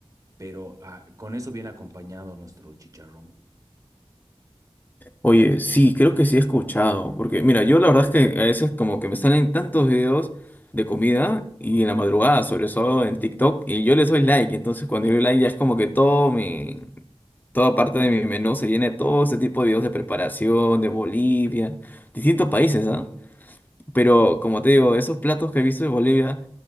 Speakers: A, on the right; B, on the left.
A: pero ah, con eso viene acompañado nuestro chicharrón.
B: Oye, sí, creo que sí he escuchado, porque mira, yo la verdad es que a veces como que me salen tantos videos de comida y en la madrugada, sobre todo en TikTok, y yo les doy like, entonces cuando yo doy like ya es como que todo mi, toda parte de mi menú se llena de todo este tipo de videos de preparación, de Bolivia, distintos países, ¿ah? Pero como te digo, esos platos que he visto de Bolivia